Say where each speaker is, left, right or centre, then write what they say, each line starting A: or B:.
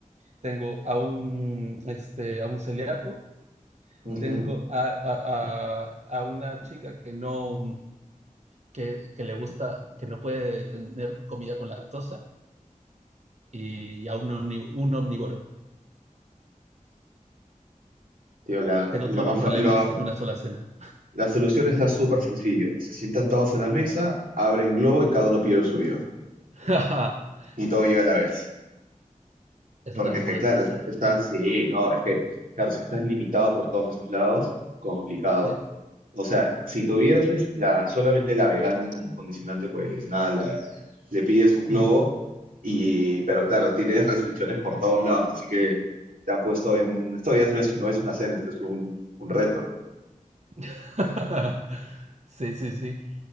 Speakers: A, on the right; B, on the right.
A: tengo a un, este, a un celíaco,
B: Ujú.
A: tengo a, a, a- a una chica que no, que, que le gusta, que no puede tener comida con lactosa y a un, omni- un omnívoro.
B: Tío, la,
A: Tengo
B: lo
A: todos
B: más
A: los problemas
B: fa- lo-
A: en una sola cena.
B: la solución está súper sencillo. Se sientan todos en la mesa, abren globo y cada uno pide lo suyo.
A: <laughs>
B: Y todo llega a la vez.
A: Eso
B: Porque
A: también
B: es que,
A: podría
B: claro,
A: ser.
B: es- estás, sí, no, es que, claro, si estás limitado por todos esos lados, complicado.
A: Sí.
B: O sea, si tuvieras es- la, solamente la vegana como condicionante, pues nada, la- le pides un globo
A: Mm.
B: y, pero claro, tienes restricciones por todos lados, así que te han puesto en un, esto ya no es, no es una cena, esto es un, un reto.
A: <laughs> Sí, sí, sí.